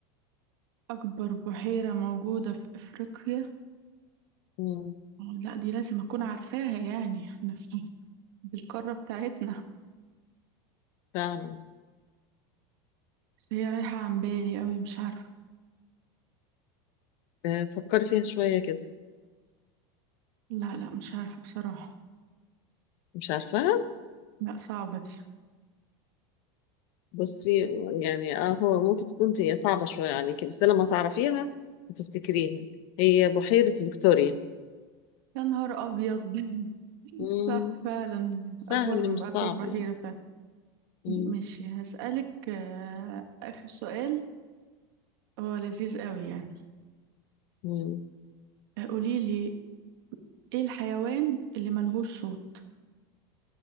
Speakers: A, on the right (about 70°); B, on the left (about 60°).
A: أكبر بحيرة موجودة في أفريقيا
B: مم.
A: اه لا دي لازم أكون عارفاها يعني احنا في <laughs> بالقارة بتاعتنا
B: فعلا
A: بس هي رايحة عن بالي أوي مش عارفة
B: آه، فكري فيها شوية كده
A: لا لا مش عارفة بصراحة
B: مش عارفاها
A: لا صعبة دي
B: بصي يعني اه هو ممكن تكون هي صعبة شوية عليكي بس لما تعرفيها هتفتكريها هي بحيرة فيكتوريا
A: يا نهار أبيض <laughs>
B: مم.
A: صح فعلا
B: سهل
A: أكبر
B: مش
A: أكبر
B: صعب
A: بحيرة
B: يعني
A: فعلا
B: مم.
A: ماشي هسألك آه، آخر سؤال هو لذيذ أوي يعني
B: مم.
A: قولي لي ايه الحيوان اللي ملهوش صوت